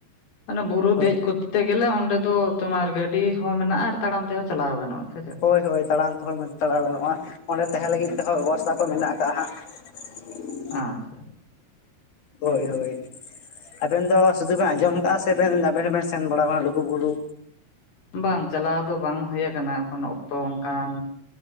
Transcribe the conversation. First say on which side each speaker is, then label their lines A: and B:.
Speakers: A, on the left (about 65°); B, on the left (about 50°).
A: ᱢᱟᱱᱮ ᱵᱩᱨᱩ
B: ᱦᱳᱭ
A: ᱫᱮᱡ ᱠᱚᱛᱮ ᱵᱳᱞᱛᱮ ᱜᱮ ᱞᱮ ᱚᱸᱰᱮ ᱫᱚ ᱛᱚᱢᱟᱨ ᱜᱟᱹᱰᱤ ᱦᱚᱸ ᱢᱮᱱᱟᱜᱼᱟ ᱟᱨ ᱛᱟᱲᱟᱢ ᱛᱮᱦᱚᱸ ᱪᱟᱞᱟᱣ ᱜᱟᱱᱚᱜᱼᱟ ᱥᱮᱪᱮᱫ?
B: ᱦᱳᱭ ᱦᱳᱭ ᱛᱟᱲᱟᱢ ᱛᱮᱦᱚᱸ ᱪᱟᱞᱟᱣ ᱜᱟᱱᱚᱜᱼᱟ ᱚᱸᱰᱮ ᱛᱟᱦᱮᱸ ᱞᱟᱹᱜᱤᱫ ᱛᱮᱦᱚᱸ ᱵᱮᱵᱚᱥᱛᱷᱟ ᱠᱚ ᱢᱮᱱᱟᱜ ᱠᱟᱜ- ᱟ ᱦᱟᱸᱜ ᱾ <unintelligible>
A: ᱟᱸ
B: ᱦᱳᱭ ᱦᱳᱭ ᱟᱵᱮᱱ ᱫᱚ ᱥᱩᱫᱩ ᱵᱮᱱ ᱟᱸᱡᱚᱢ ᱟᱠᱟᱟᱜᱼᱟ ᱥᱮ ᱟᱵᱮᱱ ᱦᱚᱸᱵᱮᱱ ᱥᱮᱱ ᱵᱟᱲᱟ ᱟᱠᱟᱱᱟ ᱞᱩᱜᱩᱵᱩᱨᱩ
A: ᱵᱟᱝ ᱪᱟᱞᱟᱣ ᱫᱚ ᱵᱟᱝ ᱦᱩᱭ ᱟᱠᱟᱱᱟ ᱮᱠᱷᱚᱱᱚ ᱚᱠᱛᱚ ᱚᱱᱠᱟᱱ